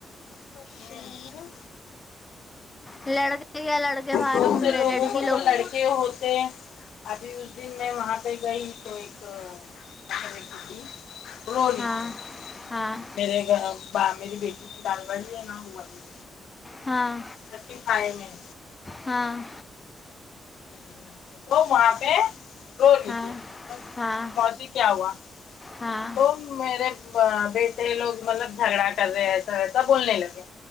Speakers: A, on the left; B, on the left.
A: ام
B: لڑکے کیا لڑکے باہر
A: بہت
B: گھوم
A: سے
B: رہے
A: لوگوں
B: لڑکی
A: کو
B: لوگ
A: تو لڑکے کےہوتے ابھی اس دن میں وہاں پہ گئی تو ایک <unintelligible> ت رولی
B: ہاں
A: سے
B: ہاں
A: میرے گھر باہ میری بیٹی کی دال بڑی ہے نہ ہوا مے <unintelligible>
B: ہاں
A: تھرٹی فائی میں
B: ہاں
A: نمبر تو وہاں پہ رو ری
B: ہاں
A: تھی
B: ہاں
A: موسیی کیا ہوا
B: ہاں
A: تو میرے ب بیٹے لوگ مطلب جھگڑا کر رہے ہیں ایسا وسا بولنے لگی